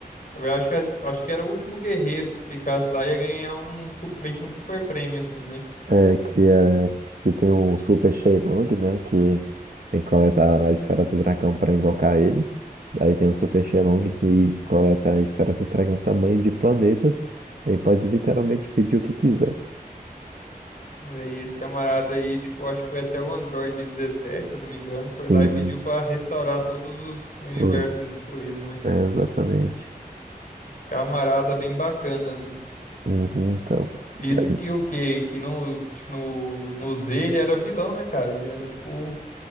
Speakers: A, on the left (about 60°); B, on the right (about 65°).
A: Na verdade, acho que, acho que era o último guerreiro que ficasse lá ia ganhar um su- meio que um super prêmio, assim, né?
B: É, que, é, que tem o Super Shenlong, né? Que tem que coletar a esfera do dragão para invocar ele. Daí tem o Super Shenlong que coleta a esfera do dragão tamanho de planetas. Aí pode literalmente pedir o que quiser.
A: E aí esse camarada aí, tipo, acho que foi até o Android 17, se eu não me engano, foi
B: Sim,
A: lá e pediu pra restaurar todos os universos
B: os-
A: destruídos, né?
B: é, exatamente.
A: Camarada bem bacana ali.
B: Uhum, então,
A: Isso
B: mas,
A: que o quê? Que no, acho que no, no Z ele era vilão, né, cara? Ele era, tipo,